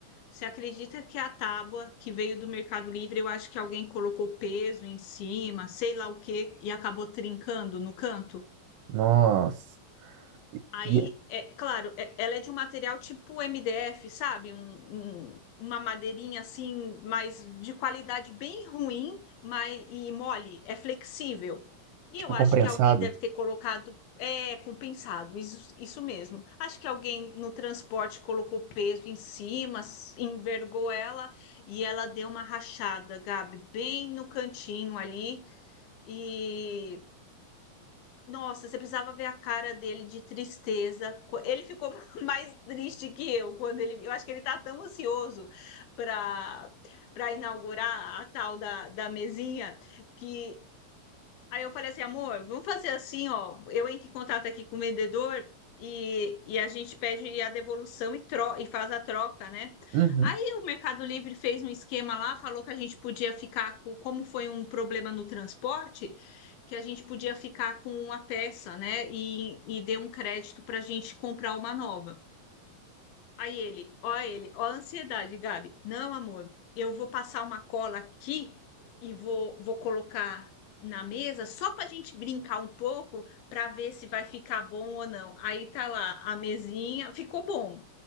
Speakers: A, on the left; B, on the right.
A: Você acredita que a tábua que veio do Mercado Livre, eu acho que alguém colocou peso em cima, sei lá o quê, e acabou trincando no canto?
B: Nossa.
A: Aí,
B: E,
A: é claro, é- ela é de um material tipo MDF, sabe? Um- um- uma madeirinha assim, mas de qualidade bem ruim, mas e mole, é flexível. E
B: tipo,
A: eu
B: compensado.
A: acho que alguém deve ter colocado, é compensado, isso, isso mesmo. Acho que alguém no transporte colocou peso em cima, s- envergou ela e ela deu uma rachada, Gabi, bem no cantinho ali. E nossa, você precisava ver a cara dele de tristeza. Co- Ele ficou <laughs> mais triste que eu quando ele. Eu acho que ele tá tão ansioso para para inaugurar a tal da, da mesinha que Aí eu falei assim, amor, vamos fazer assim, ó. Eu entro em contato aqui com o vendedor e, e a gente pede a devolução e, tro e faz a troca, né?
B: Uhum.
A: Aí o Mercado Livre fez um esquema lá, falou que a gente podia ficar com, como foi um problema no transporte, que a gente podia ficar com uma peça, né? E, e deu um crédito para a gente comprar uma nova. Aí ele, ó ele, ó a ansiedade, Gabi. Não, amor, eu vou passar uma cola aqui e vou, vou colocar na mesa só para a gente brincar um pouco para ver se vai ficar bom ou não. Aí tá lá a mesinha, ficou bom